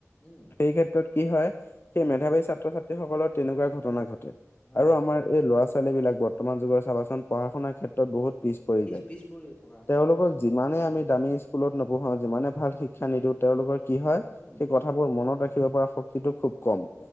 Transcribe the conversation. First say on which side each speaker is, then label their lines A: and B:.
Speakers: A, on the left (about 25°); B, on the left (about 50°).
A: উম,
B: সেই ক্ষেত্ৰত কি হয় সেই
A: অ',
B: মেধাৱাৰী ছাত্ৰ-ছাত্ৰীসকলৰ তেনেকুৱা ঘটনা ঘটে।
A: হয়
B: আৰু
A: হয়,
B: আমাৰ এই ল'ৰা-ছোৱালী- বিলাক বৰ্তমান যুগৰ চাবাচোন পঢ়া শুনাৰ ক্ষেত্ৰত বহুত পিছ পৰি যায়।
A: পিছ পৰি থকা হয়,
B: তেওঁলোকক- যিমানে
A: উম,
B: আমি দামী স্কুলত নপঢ়াওঁ যিমানে ভাল শিক্ষা শিক্ষা নিদিও তেওঁলোকৰ কি হয়'
A: উম,
B: সেই কথাবোৰ মনত ৰাখিব পৰা শক্তিটো খুব কম।